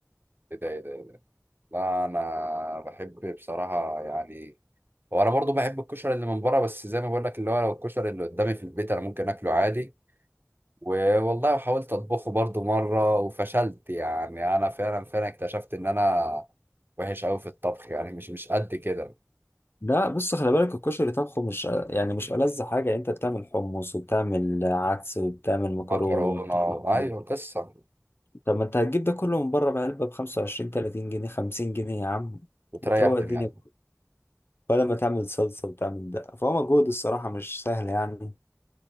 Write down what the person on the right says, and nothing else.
ايه ده ايه ده إيه ده؟ لا انا بحب بصراحه يعني هو انا برضو بحب الكشري اللي من بره بس زي ما بقول لك اللي هو لو الكشري اللي قدامي في البيت انا ممكن اكله عادي والله حاولت اطبخه برضو مره وفشلت يعني انا فعلا فعلا اكتشفت ان انا وحش قوي في الطبخ يعني مش مش قد كده
مكرونه
ايوه قصه
وتريح
دماغك